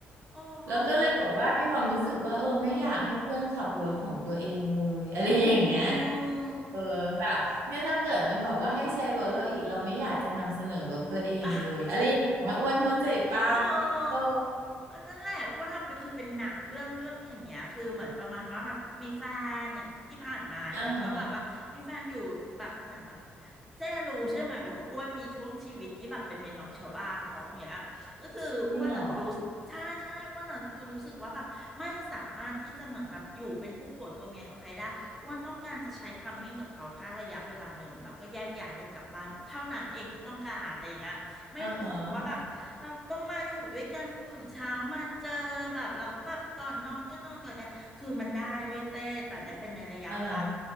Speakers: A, in the centre; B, on the right.
A: โอ้
B: แล้วก็เลยบอกว่ามีความรู้สึกว่าเออไม่อยากให้เพื่อนขับรถของตัวเองเลย <laughs> อะไรอย่างเงี้ย
A: อืม
B: เออแบบเนี่ยถ้าเกิดมันแบบว่าให้ใช้รถเราอีกเราไม่อยากจะนำเสนอรถตัวเองเลยอะไรอย่างเงี้ยอ้วนเข้าใจป่ะ
A: <laughs> เออ
B: เออ
A: ก็นั่นแหละอ้วนเอาไปคือเป็นหนักเรื่องเรื่องอย่างเงี้ยคือเหมือนประมาณว่าแบบมีแฟนอย่างที่ผ่านมาอย่างเงี้ยก็แบบว่ามีแฟนอยู่แบบเหมือนแบบ
B: อ่าฮะ
A: เจ้รู้ใช่ไหมว่าอ้วนมีช่วงชีวิตที่แบบเป็นเมียน้อยชาวบ้านเขาอย่างเงี้ยก็คืออ้วนอ่ะรู้สึกใช่ใช่อ้วนอ่ะคือรู้สึกว่าแบบไม่สามารถที่จะเหมือนแบบอยู่เป็นคู่ผัวตัวเมียกับใครได้อ้วนต้องการจะใช้ทัมมิ่งกับเขาแค่ระยะเวลาหนึ่งแล้วก็แยกย้ายกันกลับบ้านเท่านั้นเองที่ต้องการอะไรอย่างเงี้ยไม่รู้สึกว่าแบบ
B: จริงเหรออ่าฮะ
A: เราต้องมาอยู่ด้วยกันตื่นเช้ามาเจอแบบแล้วก็แบบก่อนนอนก็นอนก่อนกันคือมันได้เว้ยเจ้แต่ในเป็นในระยะเวลา
B: อ่าฮะ